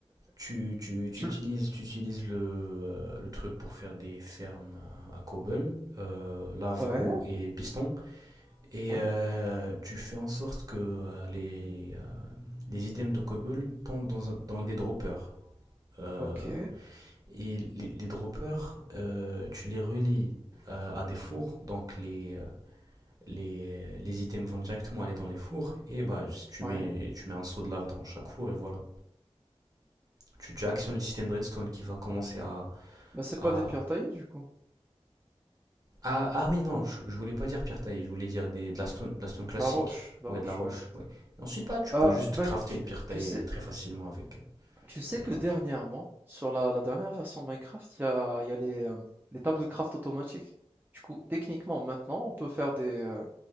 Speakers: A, on the right (about 35°); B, on the right (about 20°).
A: tu, tu, tu
B: Tu-
A: utilises, tu utilises le, euh, le truc pour faire des fermes à cobble, euh, lave,
B: Ouais,
A: eau et piston. Et
B: ouais,
A: euh, tu fais en sorte que euh, les, euh, les items de cobble tombent dans, dans des droppers. Euh,
B: ok,
A: Et les, les droppers, euh, tu les relis euh, à des fours, donc les, euh, les, les items vont directement aller dans les fours, et bah, tu,
B: ouais.
A: mets, tu mets un seau de lave dans chaque four, et voilà. Tu, tu actionnes le système de redstone qui va commencer à...
B: Mais c'est
A: à-
B: pas des pierres taillées, du coup.
A: Ah, ah oui, non, je, je voulais pas dire pierre taillée, je voulais dire des, de la stone, de la stone classique,
B: La roche, la
A: ouais,
B: roche,
A: de la roche,
B: ouais.
A: ouais. Et ensuite, bah, tu
B: Ah,
A: peux juste
B: ben,
A: crafter
B: tu,
A: le pierre taillée
B: tu sais,
A: très facilement avec,
B: Tu sais
A: avec
B: que
A: la
B: dernièrement,
A: roche.
B: sur la, la dernière version de Minecraft, il y a, il y a les, euh, les tables de craft automatiques. Du coup, techniquement, maintenant, on peut faire des, euh,